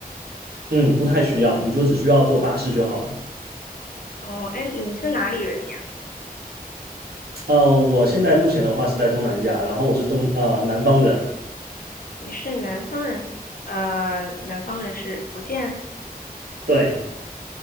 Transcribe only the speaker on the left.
哦，哎，你是哪里人呀？
你是南方人，呃，南方人是福建，